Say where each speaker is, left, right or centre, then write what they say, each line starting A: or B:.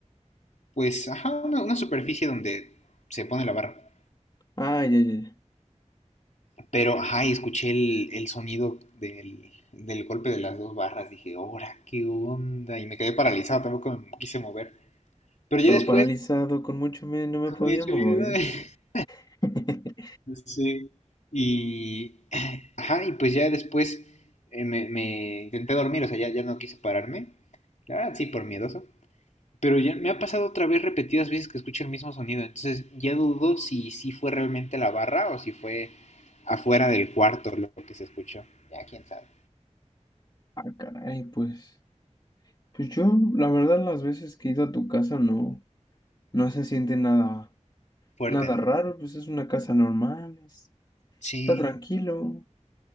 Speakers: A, on the left; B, on the left.
A: pues, ajá, una, una superficie donde se pone la barra.
B: Ah, ya, ya, ya.
A: Pero, ajá, y escuché el, el sonido del, del golpe de las dos barras, dije, ¡hora, qué onda! Y me quedé paralizado, tampoco me quise mover. Pero
B: Estaba
A: ya después
B: paralizado con mucho miedo, y no me
A: comí
B: podía
A: hecho
B: mover.
A: mierda. <laughs>
B: <laughs>
A: Sí. Y, <clears throat> ajá, y pues ya después eh, me, me intenté dormir, o sea, ya, ya no quise pararme. La verdad, sí, por miedoso. Pero ya me ha pasado otra vez repetidas veces que escucho el mismo sonido. Entonces ya dudo si, si fue realmente la barra o si fue afuera del cuarto lo que se escuchó. Ya quién sabe.
B: Ah, caray, pues, pues yo, la verdad, las veces que he ido a tu casa no, no se siente nada,
A: Fuerte,
B: Nada
A: ¿no?
B: raro, pues es una casa normal, es-
A: Sí.
B: está tranquilo.